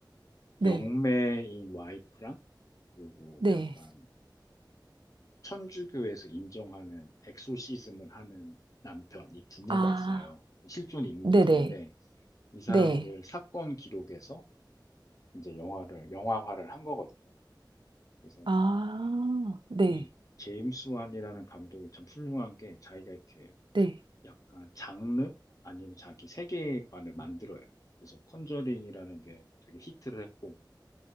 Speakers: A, on the right (about 85°); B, on the left (about 45°).
A: 네.
B: 영매인 와이프랑 그리고
A: 네.
B: 약간 천주교에서 인정하는 엑소시즘을 하는 남편, 이 부부가
A: 아,
B: 있어요. 실존 인물들인데
A: 네네.
B: 이 사람들
A: 네.
B: 사건 기록에서 이제 영화를, 영화화를 한 거거든요. 그래서
A: 아, 네.
B: 이 제임스 완이라는 감독이 참 훌륭한 게 자기가 이렇게
A: 네.
B: 약간 장르? 아니면 자기 세계관을 만들어요. 그래서 컨저링이라는 게 되게 히트를 했고,